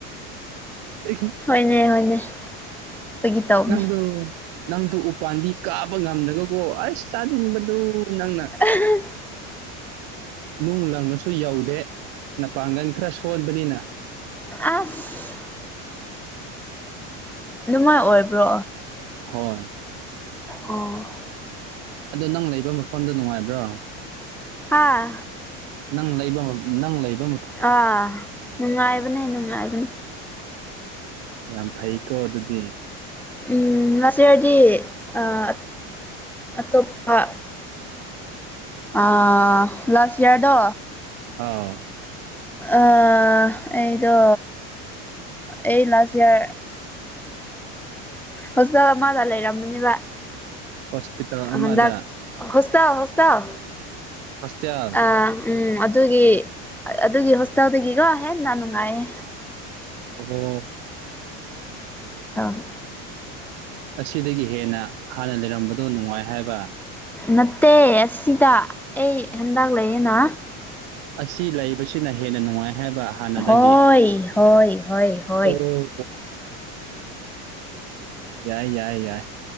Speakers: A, on the right (about 75°); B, in the centre.
A: <inaudible>
B: ꯍꯣꯏꯅꯦ ꯍꯣꯏꯅꯦ ꯐꯥꯒꯤ ꯇꯧꯕꯅꯦ
A: ꯅꯪꯗꯨ ꯅꯪꯗꯨ ꯎꯄꯥꯥꯟꯕꯤ ꯀꯕ ꯉꯝꯗ꯭ꯔꯒꯀꯣ ꯑꯁ ꯆꯥꯅꯤꯡꯕꯗꯨ ꯅꯪꯅ
B: <inaudible>
A: ꯅꯨꯡ ꯂꯪꯕꯁꯨ ꯌꯧꯗꯦ ꯃꯄꯥꯡꯒꯜ ꯈꯔ ꯁꯣꯟꯕꯅꯤꯅ
B: ꯑꯖ ꯅꯨꯡꯉꯥꯏ ꯑꯣꯏꯕ꯭ꯔꯣ
A: ꯍꯣꯏ
B: ꯑꯣ꯬꯬꯬
A: ꯑꯗꯣ ꯅꯪ ꯂꯩꯕ ꯃꯐꯝꯗꯣ ꯅꯨꯡꯉꯥꯏꯕ꯭ꯔꯣ
B: ꯍꯥꯥ
A: ꯅꯪ ꯂꯩꯕ ꯅꯪ ꯂꯩꯐꯝ
B: ꯑꯥ ꯅꯨꯡꯉꯥꯏꯕꯅꯦ ꯅꯨꯡꯉꯥꯏꯕꯅꯦ
A: ꯌꯥꯝ ꯐꯩꯀꯣ ꯑꯗꯨꯗꯤ
B: ꯎꯝ ꯅꯆꯦꯗꯤ ꯑꯥ ꯑꯇꯣꯞꯄ ꯑꯥ ꯂꯥꯁ ꯋ꯭ꯔ ꯗꯣ
A: ꯑꯥ
B: ꯑ꯬꯬꯬꯬ ꯑꯩꯗꯣ ꯑꯩ ꯂꯥꯁ ꯏꯋ꯭ꯔ
A: <inaudible>
B: ꯍꯣꯁꯇꯦꯜꯗ ꯃꯒ ꯂꯩꯔꯝꯃꯤꯅꯦꯕ
A: ꯍꯣꯁꯄꯤꯇꯥꯜ ꯑꯃꯗ
B: ꯍꯟꯗꯛ <unintelligible>
A: ꯍꯣꯁꯇꯦꯜ
B: ꯑ ꯎꯝ ꯑꯗꯨꯒꯤ ꯑꯗꯨꯒꯤ ꯍꯣꯁꯇꯦꯜꯗꯒꯤꯀꯣ ꯍꯦꯟꯅ ꯅꯨꯡꯉꯥꯏꯌꯦ
A: ꯑꯣ
B: <unintelligible>
A: ꯑꯁꯤꯗꯒꯤ ꯍꯦꯟꯅ ꯍꯥꯟꯅ ꯂꯩꯔꯝꯕꯗꯣ ꯅꯨꯡꯉꯥꯏ ꯍꯥꯏꯕ
B: ꯅꯠꯇꯦ ꯑꯁꯤꯗ ꯑꯩ ꯍꯟꯗꯛ ꯂꯩꯌꯦꯅ
A: ꯑꯁꯤ ꯂꯩꯕꯁꯤꯅ ꯍꯦꯟꯅ ꯅꯨꯡꯉꯥꯏ ꯍꯥꯏꯕ ꯍꯥꯟꯅꯗꯒꯤ
B: ꯍꯣꯏ ꯍꯣꯏ ꯍꯣꯏ ꯍꯣꯏ
A: ꯑꯣ <inaudible> ꯌꯥꯏ ꯌꯥꯏ ꯌꯥꯏ